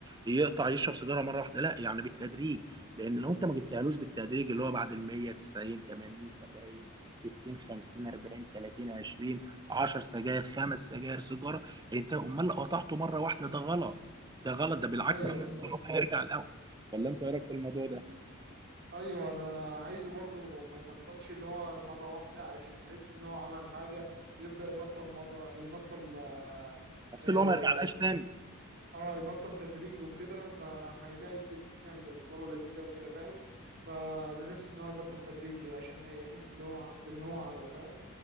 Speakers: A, on the right; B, on the right.
A: يقطع يشرب سيجاره مره واحده لا يعني بالتدريج لان لو انت ما جبتهالوش بالتدريج اللي هو بعد ال 100 90 80 70 60 50 40 30 20 10 سجاير خمس سجاير سيجاره هينتهي امال لو قطعته مره واحده ده غلط ده غلط ده بالعكس
B: أيوه بالظبط
A: هيرجع الاول ولا انت ايه رايك في الموضوع ده
B: ايوه انا عايزه برضه ما يبطلش اللي هو مره واحده عشان يحس ان هو عمل حاجه يبدا يبطل مره يبطل اه
A: بس
B: آه،
A: اللي هو ما يرجعلهاش تاني
B: آه، يبطل تدريجي وكده فهيلاقي الدنيا بالنسبه له لذيذه وكده فاهم فانا نفسي ان هو يبطل تدريجي عشان يحس اللي هو عم- باللي هو عمله فاهم